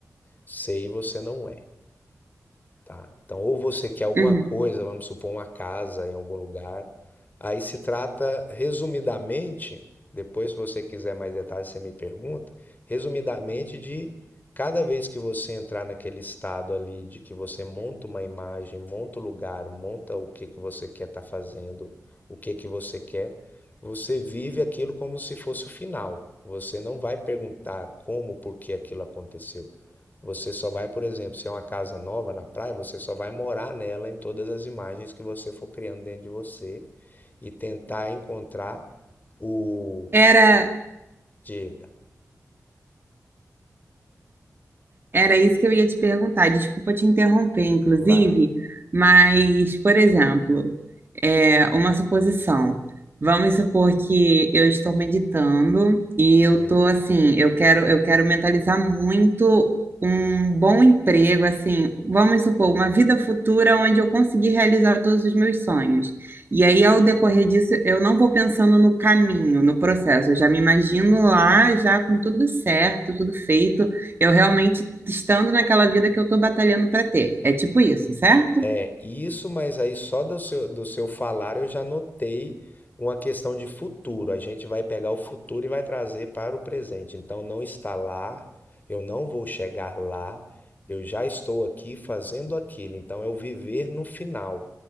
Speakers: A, on the left; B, on the right.
A: Sei, você não é, tá? Então, ou você quer alguma
B: uhum.
A: coisa, vamos supor uma casa em algum lugar. Aí se trata, resumidamente, depois se você quiser mais detalhes, você me pergunta, resumidamente de cada vez que você entrar naquele estado ali de que você monta uma imagem, monta o lugar, monta o que que você quer estar tá fazendo, o que que você quer, você vive aquilo como se fosse o final. Você não vai perguntar como, por que aquilo aconteceu. Você só vai, por exemplo, se é uma casa nova na praia, você só vai morar nela em todas as imagens que você for criando dentro de você e tentar encontrar o.
B: Era,
A: Diga,
B: Era isso que eu ia te perguntar. Desculpa te interromper, inclusive,
A: vai.
B: mas, por exemplo, é uma suposição. Vamos supor que eu estou meditando e
A: Sim.
B: eu estou assim, eu quero, eu quero mentalizar muito um bom emprego, assim, vamos supor, uma vida futura onde eu conseguir realizar todos os meus sonhos. E aí, ao decorrer disso, eu não vou pensando no caminho, no processo, eu já me imagino lá, já com tudo certo, tudo feito. Eu realmente estando naquela vida que eu tô batalhando pra ter. É tipo isso, certo?
A: É, isso, mas aí só do seu, do seu falar eu já notei uma questão de futuro. A gente vai pegar o futuro e vai trazer para o presente. Então não está lá, eu não vou chegar lá, eu já estou aqui fazendo aquilo. Então é o viver no final.